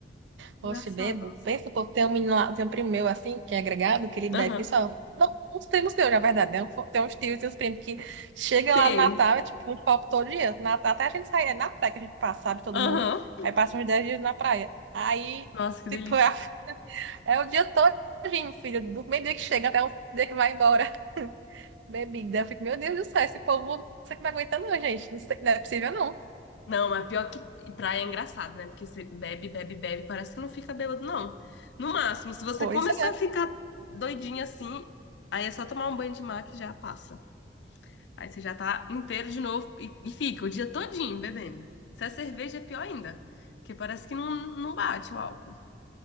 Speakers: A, on the right (about 80°); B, on the left (about 75°).
A: Poxa,
B: Engraçado.
A: bebo. Pensa, pô, tem um menino lá, tem um primo meu assim, que é agregado, que ele bebe
B: Aham,
A: que só. Não, uns primos teus, na verdade, né? Tem uns tios e uns primos que chega
B: tem.
A: lá no Natal, é tipo um copo todo dia. No Natal até a gente sai, é na praia que a gente passa, sabe, todo
B: Aham.
A: mundo. Aí passa uns 10 dias na praia. Aí,
B: Nossa, que
A: tipo,
B: delícia.
A: é, é o dia todinho, filho, do meio dia que chega até o dia que vai embora. <laughs> Bebida. Eu fico, meu Deus do céu, esse povo, isso aqui não aguenta não, gente. Não sei, não é possível não.
B: Não, mas pior que praia é engraçado, né? Porque você bebe, bebe, bebe, parece que não fica bêbado, não. No máximo, se você
A: Pois
B: começar
A: é.
B: a ficar doidinha assim, aí é só tomar um banho de mar que já passa. Aí você já tá inteiro de novo e, e fica o dia todinho bebendo. Se é cerveja, é pior ainda. Porque parece que não, não bate o álcool.